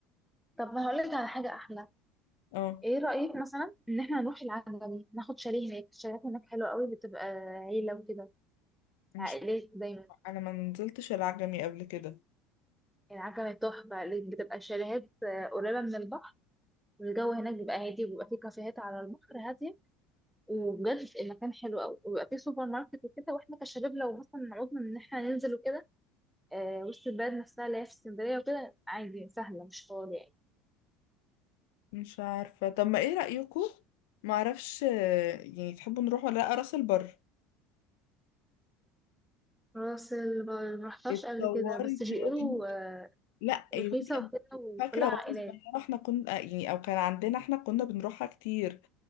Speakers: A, in the centre; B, on the left (about 70°).
A: طب ما هقولك على حاجة أحلى
B: اه
A: ايه رأيك مثلا ان احنا نروح العجمي ناخد شاليه هناك الشاليهات هناك حلوة قوي بتبقى عيلة وكده
B: مش
A: عائلات دايما
B: انا ما نزلتش العجمي قبل كده
A: العجمي تحفة اللي بتبقى شاليهات آه، قريبة من البحر الجو هناك بيبقى هادي وبيبقى فيه كافيهات على البحر هادية وبجد المكان حلو قوي وبيبقى فيه سوبر ماركت وكده واحنا كشباب لو مثلا عوزنا ان احنا ننزل وكده آه، وسط البلد نفسها اللي هي في اسكندرية وكده عادي سهلة مش طوال يعني
B: مش عارفة طب ما ايه رأيكم معرفش آه، يعني تحبوا نروح ولا لأ راس البر
A: راس ال- ما رحتهاش
B: اتطورت
A: قبل كده بس بيقولوا
B: يا بنتي
A: آه،
B: لا يا
A: رخيصة
B: بنتي انا
A: وكده وكلها
B: فاكرة وانا
A: عائلات
B: صغيرة احنا كنا آه، يعني او كان عندنا احنا كنا بنروحها كتير